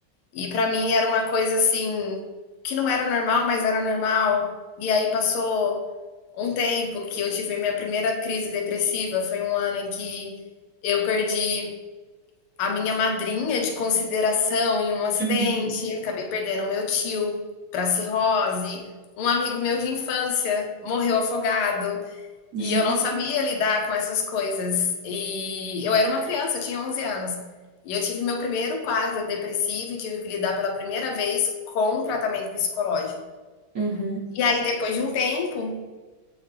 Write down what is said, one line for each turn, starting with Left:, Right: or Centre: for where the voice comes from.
Left: E pra mim era uma coisa assim que não era normal, mas era normal. E aí passou um tempo que eu tive minha primeira crise depressiva, foi um ano em que eu perdi a minha madrinha de consideração em um acidente,
Right: Uhum.
Left: acabei perdendo o meu tio para cirrose, um amigo meu de infância morreu afogado.
Right: Gente,
Left: E eu não sabia lidar com essas coisas. E eu era uma criança, eu tinha 11 anos. E eu tive meu primeiro quadro depressivo e tive que lidar pela primeira vez com tratamento psicológico.
Right: uhum,
Left: E aí, depois de um tempo,